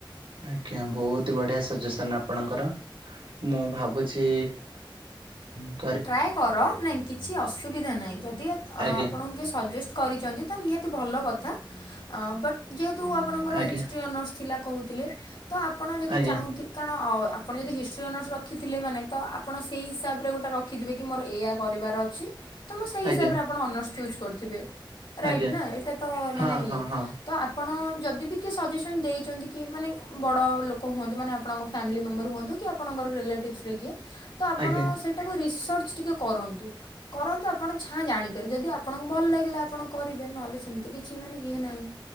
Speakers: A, on the right; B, on the left.
A: ଆଜ୍ଞା ବହୁତ ବଢିଆ ସଜେସନ ଆପଣଙ୍କର। ମୁଁ ଭାବୁଛି ହୁଁ
B: ଟ୍ରାଏ କର ନାଇଁ କିଛି ଅସୁବିଧା ନାହିଁ ଯଦି ଅ
A: ଆଜ୍ଞା
B: ଆପଣଙ୍କୁ କିଏ ସଜେଷ୍ଟ୍ କରିଚନ୍ତି ତ ନିହାତି ଭଲ କଥା ଅଁ ବଟ୍ ଯେହେତୁ ଆପଣଙ୍କ ର
A: ଆଜ୍ଞା
B: ହିଷ୍ଟ୍ରି ଅନର୍ସ ଥିଲା କହୁଥିଲେ ତ ଆପଣ ଯଦି
A: ଆଜ୍ଞା
B: ଚାହୁଁଥିବ୍ କାରଣ ଆପଣ ଯଦି ହିଷ୍ଟ୍ରି ଅନର୍ସ ରଖିଥିଲେ ମାନେ ତ ଆପଣ ସେଇ ହିସାବରେ ଗୋଟେ ରକ୍ ଖିଥିବେ କି ମୋର ଏଇଆ କରିବାର ଅଛି ତ ମୁଁ ସେଇ ହିସାବରେ
A: ଆଜ୍ଞା
B: ଆପଣ ଅନର୍ସ ଚୁଜ୍ କରିଥିବେ। ରାଇଟ୍
A: ଆଜ୍ଞା
B: ନା ଏଇଟାତ
A: ହଁ
B: ମାନେ ଇଏ।
A: ହଁ ହଁ
B: ତ ଆପଣ ଯଦିବି କିଏ ସଜେସନ୍ ଦେଇଚନ୍ତି କି ମାନେ ବଡ ଲୋକ ହୁଅନ୍ତୁ ମାନେ ଆପଣଙ୍କ ଫ୍ୟାମିଲି ମେମ୍ବର ହୁଅନ୍ତୁ କି ଆପଣଙ୍କର ରିଲେଟିଭ୍ସରେ କିଏ ତ ଆପଣ
A: ଆଜ୍ଞା
B: ସେଇଟାକୁ ରିସର୍ଚ୍ଚ ଟିକେ କରନ୍ତୁ, କରନ୍ତୁ ଆପଣ ଛାଁ ଜାଣିପାରିବେ ଯଦି ଆ ଆପଣଙ୍କୁ ଭଲ ଲାଗିଲା ଆପଣ କରିବେ ନହେଲେ ସେମିତି କିଛି ମାନେ ଇଏ ନାଇଁ।